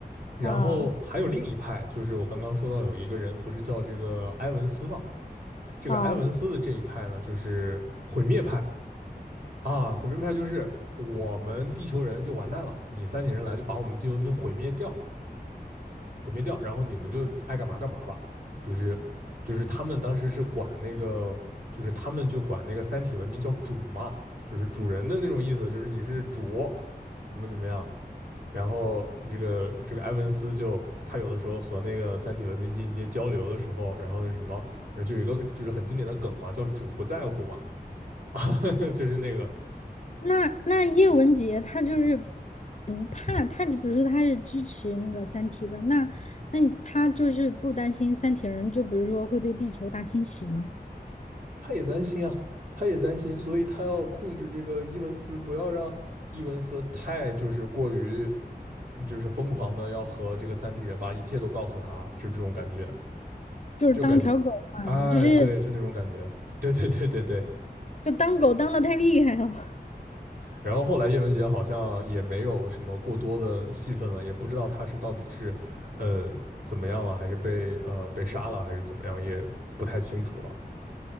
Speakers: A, on the right; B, on the left.
A: 然后还有另一派，
B: <laughs> 啊
A: 就是我刚刚说到有一个人不是叫这个埃文斯嘛，这个埃文斯的这一派呢，
B: 啊。
A: 就是毁灭派。啊，毁灭派就是我们地球人就完蛋了，你三体人来就把我们地球文明毁灭掉，毁灭掉，然后你们就爱干嘛干嘛吧。就是就是他们当时是管那个，就是他们就管那个三体文明叫主嘛，就是主人的那种意思，就是你是主，怎么怎么样。然后这个这个埃文斯就他有的时候和那个三体文明进行一些交流的时候，然后那什么，然后就有一个就是很经典的梗嘛，叫主不在乎嘛，<laughs> 就是那个
B: 那那叶文洁她就是不怕，她就比如说她是支持那个《三体》的，那那你她就是不担心三体人，就比如说会对地球大清洗吗？
A: 他也担心啊，他也担心，所以他要控制这个伊文斯，不要让伊文斯太就是过于嗯就是疯狂的要和这个三体人把一切都告诉他，就这种感觉，
B: 就是当条狗嘛，
A: 就感觉，哎，
B: 就是
A: 对，就那种感觉，<laughs> 对对对对对。
B: 就当狗当的太厉害了 <laughs>
A: 然后后来叶文洁好像也没有什么过多的戏份了，也不知道他是到底是呃怎么样样，了，了，了。还还是是被被呃杀怎么也不太清楚